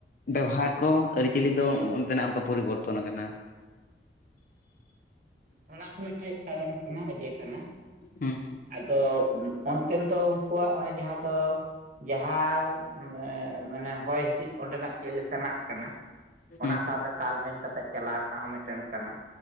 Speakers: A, on the left; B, on the right.
A: ᱵᱮᱵᱚᱦᱟᱨ ᱠᱚ ᱟᱹᱨᱤᱪᱟᱹᱞᱤ ᱫᱚ ᱚᱸᱰᱮᱱᱟᱜ ᱚᱱᱠᱟ ᱯᱚᱨᱤᱵᱚᱨᱛᱚᱱ ᱟᱠᱟᱱᱟ
B: ᱚᱱᱟ ᱦᱚᱸ ᱢᱤᱫᱴᱮᱡ ᱠᱟᱨᱚᱱ ᱠᱟᱱᱟ ᱚᱡᱮ ᱠᱟᱱᱟ
A: ᱦᱩᱸ
B: ᱟᱫᱚ ᱛᱚ ᱚᱱᱛᱮᱱ ᱫᱚ ᱩᱱᱠᱩᱣᱟᱜ ᱚᱱᱮ ᱡᱟᱦᱟᱸ ᱫᱚ ᱡᱟᱦᱟᱸ ᱢᱟᱱᱮ ᱦᱚᱭ ᱦᱤᱸᱥᱤᱫ ᱚᱸᱰᱮᱱᱟᱜ ᱪᱮᱫ ᱞᱮᱠᱟᱱᱟᱜ ᱠᱟᱱᱟ ᱚᱱᱟ
A: ᱦᱩᱸ
B: ᱥᱟᱶᱛᱮ ᱛᱟᱞᱢᱮᱞ ᱠᱟᱛᱮ ᱪᱟᱞᱟᱣ ᱨᱮᱱᱟᱜ ᱦᱚᱸ ᱢᱤᱫᱴᱮᱱ ᱠᱟᱱᱟ